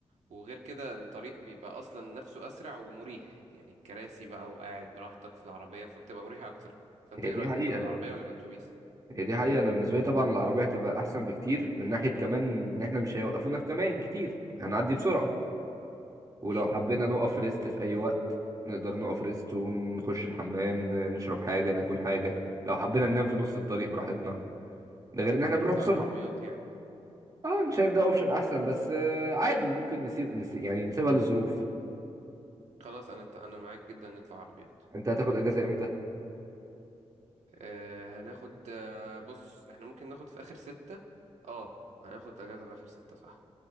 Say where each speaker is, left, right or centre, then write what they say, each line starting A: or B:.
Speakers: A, on the right (about 85°); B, on the right (about 35°).
A: وغير كده الطريق بيبقى اصلا نفسه اسرع ومريح يعني الكراسي بقى وقاعد براحتك في العربية فبتبقى مريحة اكتر فانت
B: هي
A: ايه
B: دي
A: رأيك
B: حقيقة
A: نطلع بالعربية ولا الاتوبيس
B: هي دي حقيقة أنا بالنسبة لي طبعا العربية هتبقى أحسن بكتير من ناحية كمان إن إحنا مش هيوقفونا في كمائن كتير هنعدي بسرعة ولو
A: مم.
B: حبينا نقف ريست في أي وقت نقدر نقف ريست ونخش الحمام ن- نشرب حاجة ناكل حاجة لو حبينا ننام في نص الطريق براحتنا ده غير إن إحنا
A: نطلع
B: بنروح بسرعة
A: عربيات يعني
B: أه أنا شايف ده أوبشن أحسن بس آه، عادي ممكن نسيب, نسيب يعني نسيبها للظروف
A: خلاص انا انا معاك جدا نطلع عربيات
B: أنت هتاخد أجازة إمتى؟
A: آه هناخد آه بص احنا ممكن ناخد في اخر ستة اه هناخد اجازة في اخر ستة صح